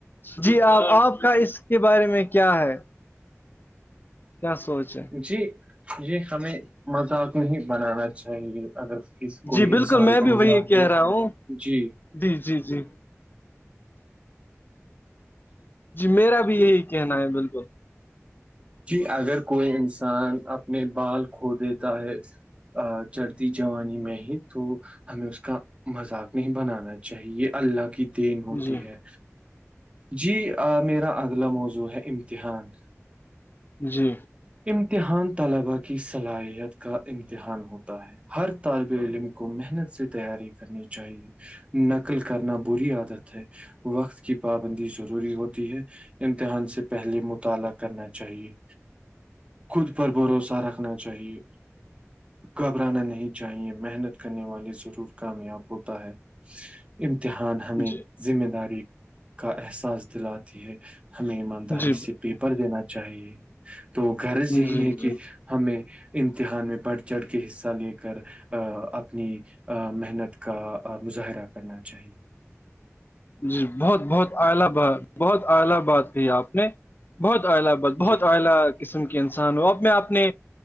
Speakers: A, on the left (about 45°); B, on the right (about 25°).
A: جی آپ آپ کا اس کے بارے میں کیا ہے چ سوچے
B: جی یہ ہمیں مذاق نہیں بنانا چاہیے اگر ک کوئی
A: جی
B: انسان
A: بالکل میں
B: کا
A: بھی
B: مجا
A: وہی
B: ہے
A: کہہ رہا ہوں
B: جی
A: جی جی جی جی میرا بھی یہی کہنا ہے بالکل
B: جی اگر کوئی انسان اپنے بال کھو دیتا ہے چڑھتی جانی میں ہی تو ہمیں اس کا مذاق نہیں بنانا چاہیے اللہ کی دین ہوتی
A: جی
B: ہے جی میرا اگلا موضوع ہے امتحان
A: جی
B: امتحان طلبا کی صلاحیت کا امتحان ہوتا ہے ہر طالب علم کو محنت سے تیاری کرنی چاہیے نقل کرنا بری عادت ہے وقت کی پابندی ضروری ہوتی ہے امتحان سے پہلے مطالعہ کرنا چاہیے خود پر بھروسہ رکھنا چاہیے گھبرانا نہیں چاہیے محنت کرنے والے ضرور کامیاب ہوتا ہے امتحان ہمیں
A: جی
B: ذمہ داری کا احساس دلاتی ہے ہمیں ایمانداری
A: جی
B: سے پیپر دینا چاہیے تو غرض
A: جی
B: یہی ہے
A: جی
B: کہ ہمیں امتحان میں بڑھ چڑھ کے حصہ لے کر اپنی محنت کا مظاہرہ کرنا چاہیے
A: جی بہت بہت اہلی ب بہت اہلی بات کہ آپ نے بہت اہلی بہت
B: جی
A: اعلی قسم کی انسان ہو اب میں آپ نے